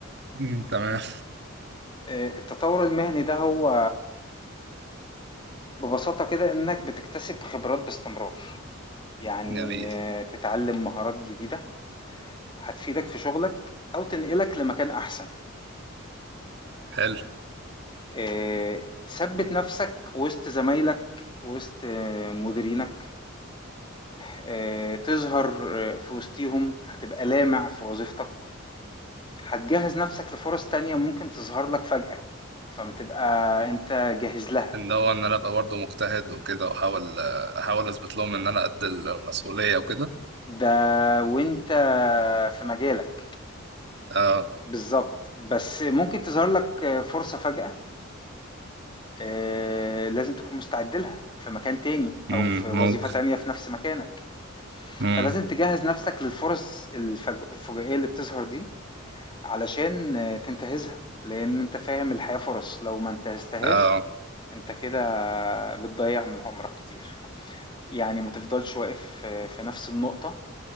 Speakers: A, on the right; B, on the left.
A: مم، تمام
B: آه، التطور المهني ده هو ببساطة كده إنك بتكتسب خبرات باستمرار يعني
A: جميل
B: آه، تتعلم مهارات جديدة هتفيدك في شغلك أو تنقلك لمكان أحسن
A: حلو
B: آه، تثبت نفسك وسط زمايلك وسط آه، مديرينك آه، تظهر آه، في وسطيهم هتبقى لامع في وظيفتك هتجهز نفسك لفرص تانية ممكن تظهر لك فجأة فما تبقى انت جاهز لها
A: وإن هو إن أنا أبقى برضه مجتهد وكده وأحاول آه، أحاول أثبت لهم إن أنا قد المسؤولية وكده
B: ده وانت في مجالك
A: أه
B: بالظبط بس ممكن تظهر لك آه، فرصة فجأة آه، لازم تكون مستعد لها في مكان تاني
A: مم،
B: او في وظيفة
A: ممكن
B: تانية في نفس مكانك
A: مم.
B: فلازم تجهز نفسك للفرص الفج- الفجائية اللي بتظهر دي علشان آه، تنتهزها لأن أنت فاهم الحياة فرص لو ما انتهزتهاش
A: أه
B: أنت كده بتضيع من عمرك كتير يعني ما تفضلش واقف آه، في نفس النقطة